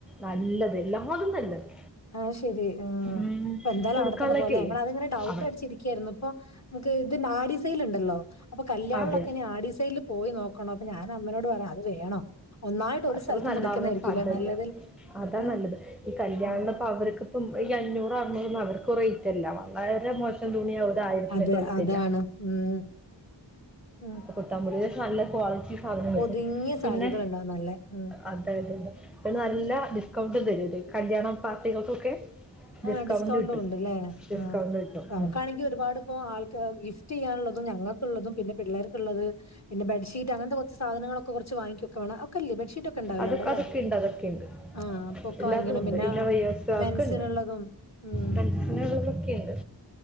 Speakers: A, in the centre; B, on the left.
A: നല്ലത് എല്ലാതും നല്ലത്
B: ആഹ് ശരി ആഹ
A: ഉം,
B: അപ്പെ എന്തായലു
A: കൊടുക്കാനുള്ളൊക്കെ
B: അവിടെത്തന്നെ പോവലെ ഞങ്ങൾ ആഹ് അങ്ങനെ ഡൗട്ട്
A: അവർ
B: അടിച്ചിരിക്കയിരുന്നു അടിച്ചിരിക്കായിരുന്നു ഇപ്പൊ നമുക്ക് ഇത് ആഡീസെൽ ഉണ്ടല്ലോ അപ്പൊ കല്യാണൊക്കെ
A: അതെ
B: ഇനി ആടിസെൽ പോയി നോക്കണോ അപ്പൊ ഞാനൻ അമ്മനോട് പറയ അത് വേണോ ഒന്നായിട്ട് ഒരു
A: അത്ര
B: സ്ഥലത്തുന്ന്
A: നന്നവാൻ
B: എടുക്കുന്നതായിരിക്കുംല്ലേ
A: സാധ്യല്ല
B: നല്ലത്.
A: അതാ
B: ആഹ്
A: നല്ലത് ഈ കല്യാണപ്പോ
B: ഉം.
A: അവരക്കെ ഇപ്പം ഈ അഞ്ഞൂറ് അറുനൂർന്നും അവർക്ക് റേറ്റ അല്ല വളരെ മോശം തുണിയത ആയിരതിക്കെ
B: അതെ
A: തെരാ
B: അതാണ്. ഉം ഉം.
A: കുത്താമ്പുടി <unintelligible> നല്ല ക്വാളിറ്റി സാധനം കിട്ടും
B: ഒതുങ്ങിയ
A: പിന്നെ
B: സാരികളുണ്ടാവും നല്ലെ. ഉം.
A: അതായത് പിന്നെ നല്ല ഡിസ്കൗണ്ട് തരും ഒരു കല്യാണ പാർട്ടികൾക്കൊക്കെ
B: ആഹ
A: ഡിസ്കൗണ്ട്
B: ഡിസ്കൗണ്ടും
A: കിട്ടും
B: ഇണ്ട്ല്ലേ
A: ഡിസ്കൗണ്ട്
B: ആ
A: കിട്ടും
B: നമുക്കാണെങ്കിൽ
A: ഉം.
B: ഒരുപാട് അ ആൾ ഗിഫ്റ്റ് ചെയ്യാനുള്ളത് ഞങ്ങൾക്കുള്ളതും പിന്നെ പിള്ളേർക്കുള്ളത് പിന്നെ ബെ ഷീറ്റ് അങ്ങനത്തെ കുറച്ച് സാധനങ്ങളൊക്കെ കുറച്ച് വാങ്ങിക്കക്കെ വേണം ഒക്കെല്ലേ ബെഡ്ഷീറ്റ് ഒക്കെണ്ടാവുല്ലെ
A: അതൊക്കെ
B: അവിടെ അല്ലെ
A: അതൊക്കെ ഉണ്ട് അതൊക്കെ ഉണ്ട്
B: ആഹ പൊക്കെ
A: എല്ലാതും
B: വാങ്ങണം
A: ഉണ്ട്
B: പിന്നെ
A: ഇന്നോവേഴ്സ്
B: മ
A: ഒക്കെ ഉണ്ട്
B: തും ഉം
A: ഫ്രണ്ട്സിനുള്ളതൊക്കെ ഉണ്ട്